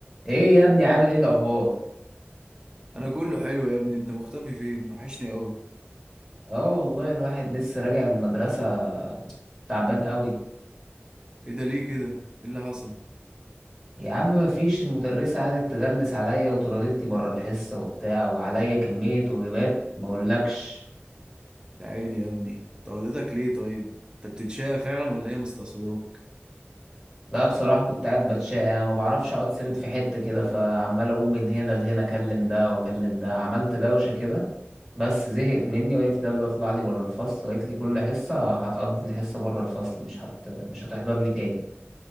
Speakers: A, in the centre; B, on the right.
A: ايه يا ابني عامل ايه الاخبار
B: انا كله حلو يا ابني انت مختفي فين وحشني قوي
A: اه والله الواحد لسه راجع من المدرسة تعبان قوي
B: ايه ده ليه كده ايه اللي حصل
A: يا عم مفيش المدرسة قعدت تغلس عليا وطردتني بره الحصة وبتاع وعليا كمية واجبات ما اقولكش
B: يا عيني يا ابني طردتك ليه طيب انت بتتشقى فعلا ولا هي مستقصداك
A: لا بصراحة كنت قاعد بتشقى أنا ما بعرفش اقعد ثابت في حتة كده فعمال اقوم من هنا لهنا اكلم ده واكلم ده عملت دوشة كده بس زهقت مني وقالت لي يلا اطلع لي بره الفصل وقالت لي كل حصة هتقضي الحصة بره الفصل مش هت... مش هتحضر لي تاني